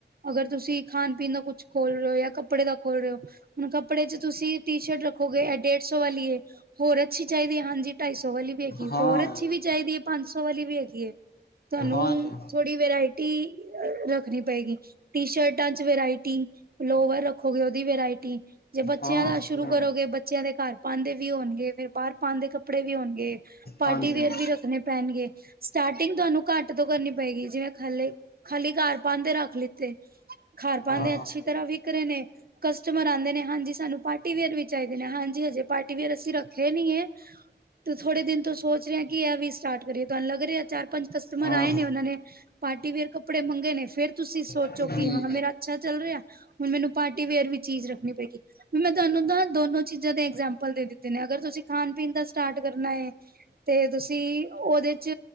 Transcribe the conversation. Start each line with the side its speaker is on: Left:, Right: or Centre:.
Right: ਅਗਰ ਤੁਸੀਂ ਖਾਣ ਪੀਣ ਦਾ ਕੁਛ ਖੋਲ ਰਹੇ ਹੋ ਜਾਂ ਕੱਪੜੇ ਦਾ ਖੋਲ ਰਹੇ ਹੋ। ਹੁਣ ਕੱਪੜੇ ਚ ਤੁਸੀਂ ਟੀ ਸ਼ਰਟ ਰੱਖੋਗੇ ਡੇਢ ਸੌ ਵਾਲੀ। ਹੋਰ ਅੱਛੀ ਚਾਹੀਦੀ ਐ ਹਾਂਜੀ ਢਾਈ ਸੌ ਵਾਲੀ ਵੀ ਹੈਗੀ
Left: ਹਾਂ
Right: ਹੋਰ ਅੱਛੀ ਵੀ ਚਾਹੀਦੀ ਐ ਪੰਜ ਸੌ ਵਾਲੀ ਵੀ ਹੈਗੀ ਐ। ਤੁਹਾਨੂੰ
Left: ਹਾਂਜੀ
Right: ਥੋੜ੍ਹੀ ਵਰਾਇਟੀ ਰੱਖਣੀ ਪਏਗੀ। ਟੀ ਸ਼ਰਟਾਂ ਚ ਵਰਾਇਟੀ ਲੋਅਰ ਰੱਖੋਗੇ ਉਹਦੀ ਵਰਾਇਟੀ। ਜੇ ਬੱਚਿਆਂ
Left: ਹਾਂ
Right: ਦਾ
Left: ਉਹ
Right: ਸ਼ੁਰੂ
Left: ਤੇ
Right: ਕਰੋਗੇ
Left: ਹੈ
Right: ਬੱਚਿਆਂ ਦੇ ਘਰ ਪਾਣ ਵੀ ਹੋਣਗੇ ਫੇਰ ਬਾਹਰ ਪਾਣ ਦੇ ਵੀ ਕੱਪੜੇ ਵੀ ਹੋਣਗੇ। ਪਾਰਟੀ
Left: ਹਾਂਜੀ
Right: ਵੇਅਰ
Left: ਹਾਂ
Right: ਵੀ ਰੱਖਣੇ ਪੈਣਗੇ ਸਟਾਰਟਿੰਗ ਤੁਹਾਨੂੰ ਘੱਟ ਤੋਂ ਕਰਨੀ ਪਏਗੀ ਜਿਵੇਂ ਹਲੇ। ਖਾਲੀ ਘਰ ਪਾਣ ਦੇ ਰੱਖ ਲਿੱਤੇ ਘਰ ਪਾਣ
Left: ਹਾਂ
Right: ਦੇ ਅੱਛੀ ਤਰ੍ਹਾਂ ਵਿਕ ਰਹੇ ਨੇ। ਕਸਟਮਰ ਆਂਦੇ ਨੇ। ਹਾਂਜੀ ਸਾਨੂੰ ਪਾਰਟੀ ਵੇਅਰ ਵੀ ਚਾਹੀਦੇ ਨੇ ਹਾਂਜੀ ਹਜੀ ਪਾਰਟੀਵੇਅਰ ਅਸੀਂ ਰੱਖੇ ਨੀ ਐ। ਤੇ ਥੋੜੇ ਦਿਨ ਤੋਂ ਸੋਚ ਰਿਹਾ ਕਿ ਇਹ ਵੀ ਸਟਾਰਟ ਕਰੀਏ ਤੁਹਾਨੂੰ ਲੱਗ ਰਿਹਾ ਚਾਰ ਪੰਜ ਕਸਟਮਰ
Left: ਹਾਂ
Right: ਆਏ ਨੇ ਉਹਨਾਂ ਨੇ ਪਾਰਟੀ ਵੇਅਰ ਕੱਪੜੇ ਮੰਗੇ ਨੇ ਫੇਰ ਤੁਸੀਂ ਸੋਚੋ
Left: ਹਮ
Right: ਕਿ ਹਾਂ ਮੇਰਾ ਅੱਛਾ ਚੱਲ ਰਿਹਾ। ਹੁਣ ਮੈਨੂੰ ਪਾਰਟੀ ਵੇਅਰ ਵੀ ਚੀਜ਼ ਰੱਖਣੀ ਪਏਗੀ। ਮੈਂ ਤੁਹਾਨੂੰ ਤਾਂ ਦੋਨੋ ਚੀਜ਼ਾਂ ਦੇ ਇਗਜਾਮਪਲ ਦੇ ਦਿੱਤੇ ਨੇ ਅਗਰ ਤੁਸੀਂ ਖਾਣ ਪੀਣ ਦਾ ਸਟਾਰਟ ਕਰਨਾ ਹੈ। ਤੇ ਤੁਸੀਂ ਉਹਦੇ ਚ